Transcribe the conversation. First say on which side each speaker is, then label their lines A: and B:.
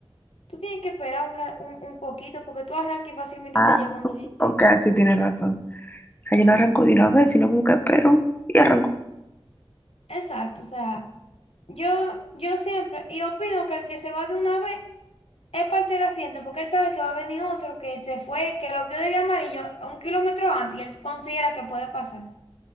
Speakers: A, on the left; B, on the left.
A: Tú tienes que esperar un, ra- un- un poquito porque tú arrancas y fácilmente
B: Ah,
A: te lleva un gente.
B: ok, sí tienes razón. O sea, yo no arranco de una vez, sino como que espero y arranco.
A: Exacto, o sea, yo, yo siempre, y opino que el que se va de una vez es parte del accidente porque él sabe que va a venir otro que se fue, que lo vio de amarillo a un kilómetro antes y él considera que puede pasar.